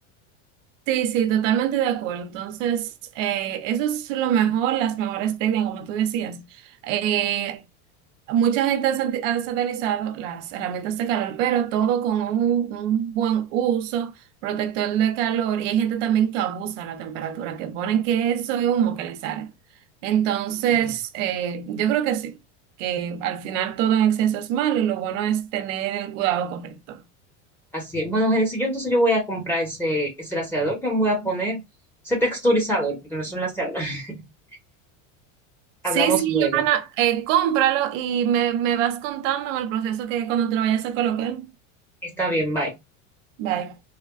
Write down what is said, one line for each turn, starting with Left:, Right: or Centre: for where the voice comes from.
Right: Sí, sí, totalmente de acuerdo. Entonces, eh, eso es lo mejor, las mejores técnicas, como tú decías. Eh, Mucha gente ha santi- ha satanizado las herramientas de calor, pero todo con un, un buen uso protector de calor. Y hay gente también que abusa de la temperatura, que ponen que eso es humo que le sale. Entonces,
Centre: Mm.
Right: eh, yo creo que sí, que al final todo en exceso es malo y lo bueno es tener el cuidado correcto.
Centre: Así es. Bueno, si yo entonces yo voy a comprar ese, ese laceador que me voy a poner, ese texturizador, porque no es un laceador. <laughs>
Right: Sí,
Centre: Hablamos
Right: sí,
Centre: luego.
Right: Johanna, eh, cómpralo y me, me vas contando en el proceso que cuando te lo vayas a colocar.
Centre: Está bien, bye.
Right: Bye.